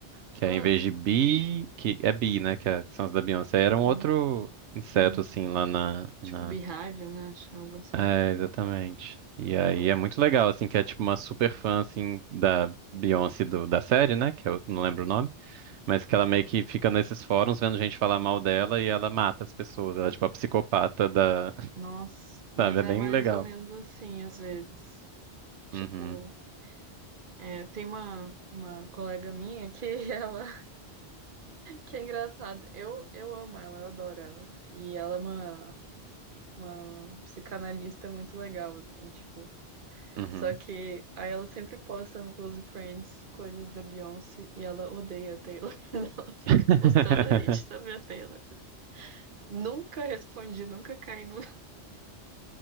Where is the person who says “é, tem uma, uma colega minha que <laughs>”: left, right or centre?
Right